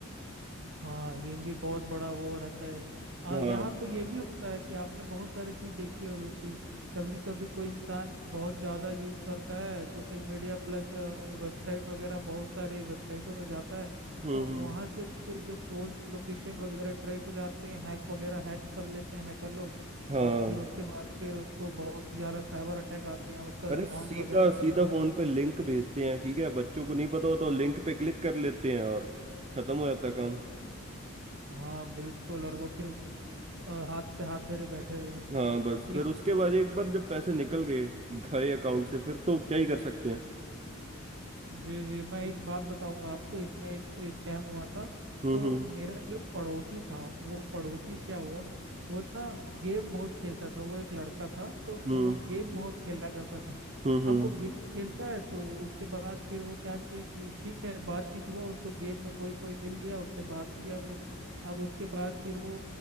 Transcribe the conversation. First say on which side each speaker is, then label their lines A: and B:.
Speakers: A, on the right (about 55°); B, on the right (about 30°).
A: हाँ ये भी बहुत बड़ा वो रहता है
B: हाँ
A: और यहाँ तो ये भी होता है कि आपने बहुत सारी चीज देखी होगी कि कभी कभी कोई इंसान बहुत ज्यादा यूज करता है सोशल मीडिया प्लस वेबसाइट वगैरह बहुत सारे वेबसाइटों में जाता है
B: हम्म
A: तो
B: हम्म,
A: वहाँ से उसके जो फोन लोकेशन वगैरह ट्रेस हो जाते हैं हैक वगैरह हैक कर लेते हैं हैकर लोग
B: हाँ
A: और फिर उसके बाद फिर उसको बहुत ज्यादा साइबर अटैक आते हैं उसका
B: अरे
A: अकाउंट
B: सीधा
A: वगैरह सब
B: सीधा
A: हैक
B: फोन
A: कर लेते
B: पे लिंक भेजते हैं ठीक है बच्चों को नहीं पता होता लिंक पे क्लिक कर लेते हैं और खत्म हो जाता काम
A: हैं हाँ बिल्कुल और वो फिर अ, हाथ पे हाथ धरे बैठे रह जाते
B: हाँ
A: हैं
B: बस फिर
A: एक
B: उसके बाद एक बार जब पैसे निकल गए गए अकाउंट से फिर तो क्या ही कर सकते हैं
A: जी जी मैं एक बात बताऊंगा आपको इसमें एक स्कैम हुआ था
B: हम्म
A: तो मेरा जो पड़ोसी था वो पड़ोसी क्या हुआ वो ना गेम बहुत खेलता था वो एक लड़का था तो
B: हम्म
A: वो गेम बहुत खेला करता था
B: हम्म
A: अब
B: हम्म
A: वो गेम खेलता है तो उसके बाद फिर वो क्या किया कि ठीक है बातचीत हुआ उसको गेम में कोई कोई मिल गया उससे बात किया वो अब उसके बाद फिर वो